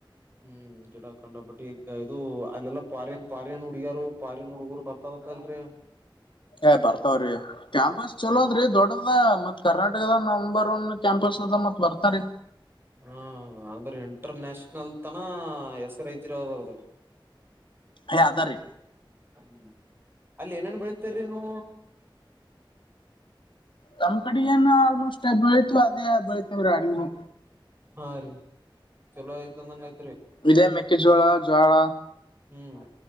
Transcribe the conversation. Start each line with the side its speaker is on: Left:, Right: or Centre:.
Right: ಹ್ಮ್ ಗಿಡಕಂಡ ಬಟ್ಟಿ ಈಗ ಇದು ಅಲ್ಲೆಲ್ಲಾ ಪಾರ್ಯನ್ ಪಾರ್ಯನ್ ಹುಡುಗ್ಯಾರ ಪಾರ್ಯನ್ ಹುಡುಗರು ಬರ್ತದತ್ತಲ್ರಿ
Left: ಏ ಬರ್ತಾವ್ರೀ ಕ್ಯಾಂಪಸ್ ಚಲೋ
Right: ಹಾ
Left: ಅದ್ರೀ ದೊಡ್ಡ ಮತ್ ಕರ್ನಾಟಕದ ನಂಬರ್ ಒನ್ ಕ್ಯಾಂಪಸ್ ಅದ ಮತ್ ಬರ್ತಾರೆ
Right: ಹಾ ಅಂದ್ರೆ ಇಂಟರ್ನ್ಯಾಷನಲ್ ತನ ಹೆಸರಐತಿರೋದ್ರದ
Left: ಏ ಅದ್ರೀ
Right: ಹ್ಮ್ ಅಲ್ಲಿ ಏನನ್ ಬೆಳತರಿಿ ನೀ
Left: ತಮ್ಮ್ ಕಡೆಗೇನು ಆಲ್ಮೋಸ್ಟ್ ಬೆಳಿತು ಅದೇ ಬೆಳತವ್ರ ನೀವು
Right: ಹಾ ರೀ ಚಲೋ ಆಯ್ತ ಅಂದಂಗ ಯ್ತ್ರಿ
Left: ಇದೇ ಮೆಕ್ಕೆಜೋಳ ಜೋಳ
Right: ಹ್ಮ್